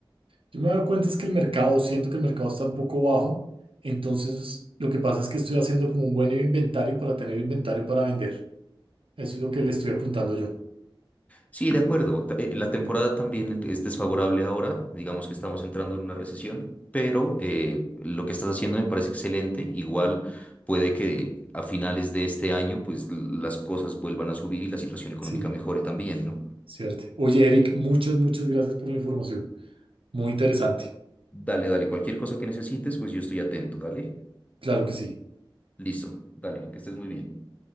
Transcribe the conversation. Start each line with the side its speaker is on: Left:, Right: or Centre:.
Right: Yo me he dado cuenta es que el mercado, siento que el mercado está un poco bajo, entonces lo que pasa es que estoy haciendo como un buen inventario para tener inventario para vender. Eso es lo que le estoy apuntando yo,
Left: Sí, de acuerdo. Ta- eh, La temporada también e, es desfavorable ahora, digamos que estamos entrando en una recesión, pero eh, lo que estás haciendo me parece excelente. Igual puede que a finales de este año, pues l- las cosas vuelvan a subir y la situación económica
Right: Sí.
Left: mejore también, ¿no?
Right: ¿cierto? Oye, Eric, muchas, muchas gracias por la información. Muy interesante.
Left: Dale, dale, cualquier cosa que necesites, pues yo estoy atento, dale.
Right: Claro que sí.
Left: Listo, dale, que estés muy bien.